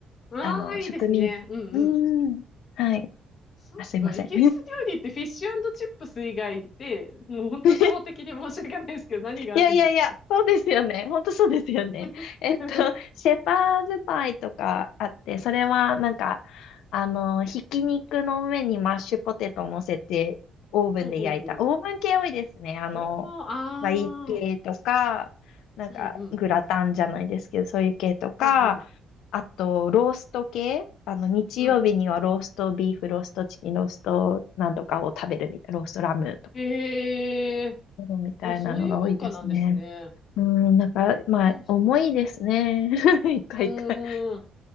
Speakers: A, on the left; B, on the left.
A: うわあ、
B: あの、
A: いいですね。
B: 植民地。
A: うんうん。
B: うん。はい。
A: そっか、
B: あ、すいません。
A: イギリス料理ってフィッシュチップス以外で、もう本当初歩的に申し訳ないですけど、
B: <laughs>
A: 何があるんですか
B: いやいやいや、そうですよね。本当そうですよね。
A: <laughs>
B: <laughs> えっと、シェパーズパイとかあって、それはなんか、あの、ひき肉の上にマッシュポテトを乗せて、オーブンで焼いた。
A: ほうほうほ
B: オーブン系多いですね。あの、
A: う。おー、あ
B: パイ系とか、なんか、
A: うんうん。
B: グラタンじゃないですけど、そういう系とか、
A: うんうん。
B: あと、ロースト系。あの、日曜日にはローストビーフ、
A: うんう
B: ローストチキン、ローストなんとかを食べるみたいな、ローストラム
A: ん。へえ。
B: そうみたいなのが多いですね。
A: あ、そういう文化なんですね。
B: うん、なんか、
A: もし
B: まあ、重いですね。<laughs> 一回一回。
A: うーん。